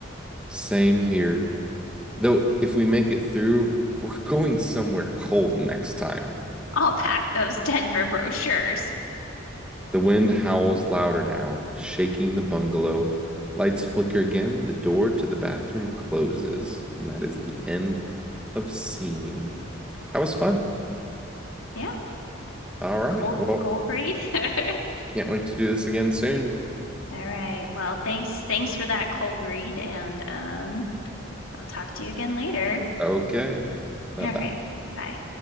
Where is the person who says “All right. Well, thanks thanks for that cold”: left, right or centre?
Left